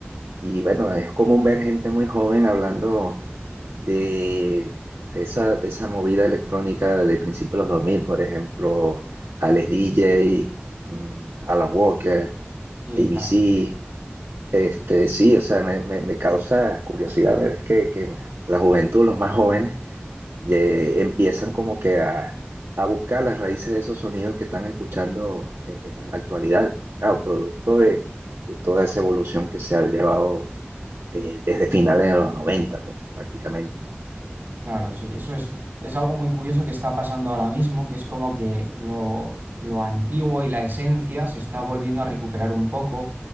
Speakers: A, on the right (about 80°); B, on the right (about 55°).
A: Y bueno, es común ver gente muy joven hablando de, de esa, de esa movida electrónica de principios de los dos mil por ejemplo, Alex DJ, mm, Alan Walker, ABC.
B: Sí, claro,
A: Este, sí, o sea, me, me- me causa curiosidad ver que, que la juventud, los más jóvenes, y, eh, empiezan como que a, a buscar las raíces de esos sonidos que están escuchando eh, eh, en la actualidad, claro, producto de, de toda esa evolución que se ha llevado eh, desde finales de los 90, pues, prácticamente.
B: claro, sí. Eso es, es algo muy curioso que está pasando ahora mismo, que es como que lo, lo antiguo y la esencia se está volviendo a recuperar un poco.